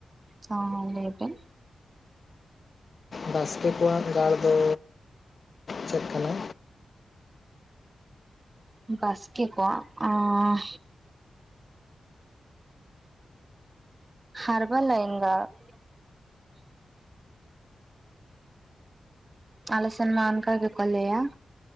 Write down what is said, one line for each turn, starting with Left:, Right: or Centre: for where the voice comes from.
Right: ᱦᱚᱸ ᱞᱟᱹᱭ ᱵᱮᱱ᱾
Left: ᱵᱟᱥᱠᱮ ᱠᱚᱣᱟᱜ ᱜᱟᱲ ᱫᱚ ᱪᱮᱫ ᱠᱟᱱᱟ?
Right: ᱵᱟᱥᱠᱮ ᱠᱚᱣᱟᱜ ᱚᱸᱻ ᱦᱟᱨᱵᱟ ᱞᱟᱭᱮᱝ ᱜᱟᱲ ᱾ ᱟᱞᱮ ᱥᱮᱱ ᱢᱟ ᱟᱱᱠᱟ ᱜᱮ ᱠᱚ ᱞᱟᱹᱭᱟ ᱾